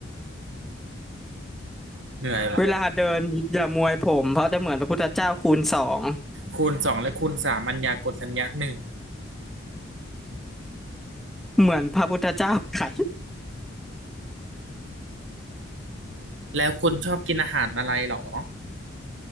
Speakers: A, on the right (about 65°); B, in the centre.
A: เหนื่อยวะ
B: เวลาเดินอย่ามวยผมเพราะจะเหมือนพระพุทธเจ้าคูณสอง
A: คูณสองและคูณสามอัญญากลทัญญะหนึ่ง <laughs>
B: เหมือนพระพุทธเจ้าไก่
A: แล้วคุณชอบกินอาหารอะไรเหรอ